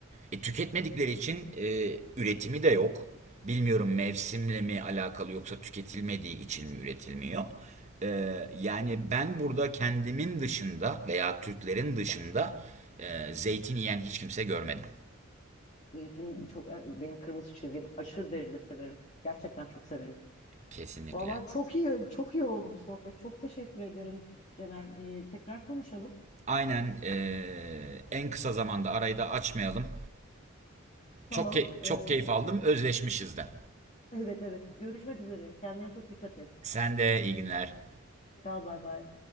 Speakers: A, on the right; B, on the left.
A: E, tüketmedikleri için e, üretimi de yok. Bilmiyorum mevsimle mi alakalı yoksa tüketilmediği için mi üretilmiyor. E, yani ben burada kendimin dışında veya Türklerin dışında e, zeytin yiyen hiç kimse görmedim.
B: Zeytin çok benim kırmızı çizgim. Aşırı derecede severim. Gerçekten çok severim.
A: Kesinlikle.
B: Valla çok iyi çok iyi oldu bu sohbet. Çok teşekkür ederim Cener. Ee, tekrar konuşalım.
A: Aynen eee, en kısa zamanda arayı da açmayalım.
B: Tamam.
A: Çok key-
B: Ee,
A: çok keyif aldım. Özleşmişiz de.
B: evet evet. Görüşmek üzere. Kendine çok dikkat et.
A: Sen de iyi günler.
B: Hoşça Kal bay bay.